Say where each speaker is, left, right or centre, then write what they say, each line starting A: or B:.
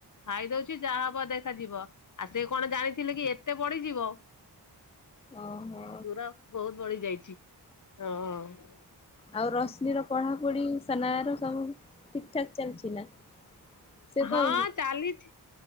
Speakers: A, on the left; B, on the left.
A: ଖାଇ ଦଉଛି ଯାହା ହବ ଦେଖାଯିବ ଆଉ ସେ କଣ ଜାଣିଥିଲେ କି ଏତେ ବଢିଯିବ।
B: ଓହୋ
A: ପୁରା ବହୁତ ବଢି ଯାଇଛି। ହଁ
B: ଆଉ ରଶ୍ମିର ପଢାପଢି? ସନାୟା ସବୁ ଠିକ୍ ଠାକ୍ ଚାଲିଛି ନା? ସେ
A: ହଁ
B: କଣ
A: ଚାଲିଛି।